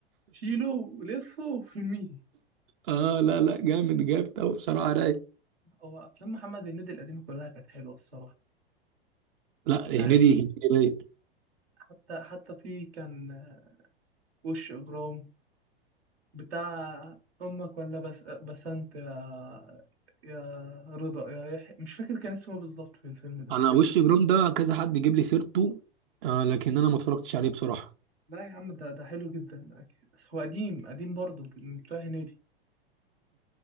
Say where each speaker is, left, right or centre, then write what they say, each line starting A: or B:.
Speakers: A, on the right; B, on the right.
A: شيله لفه في المية
B: اه لا لا جامد جامد قوي بصراحه رايق
A: هو افلام محمد هنيدي القديمه كلها كانت حلوه الصراحه
B: لا هنيدي
A: يعني
B: هنيدي رايق
A: حتى حتى في كان آه، وش اجرام بتاع امك ولا بس بسنت يا يا رضا يا يحيى مش فاكر كان اسمه إيه بالظبط في الفيلم ده
B: انا وش جرام ده كذا حد جيب لي سيرته آه لكن انا ما اتفرجتش عليه بصراحه
A: لا يا عم ده ده حلو جدا أكيد. بس هو قديم قديم برضه من بتوع هنيدي